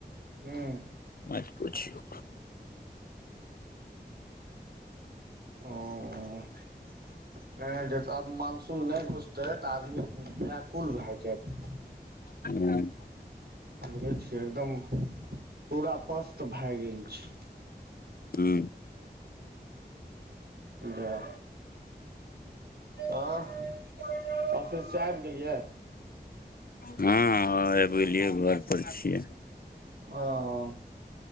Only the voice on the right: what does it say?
हूं
उंह, एं त आब मानसुन नहि घुसतै त आदमी व्याकुल भए जायत।
बुझै छियै एकदम पूरा पस्त भए गेल छी।
हा आँह ऑफिस से आबि गेलियै?
हां।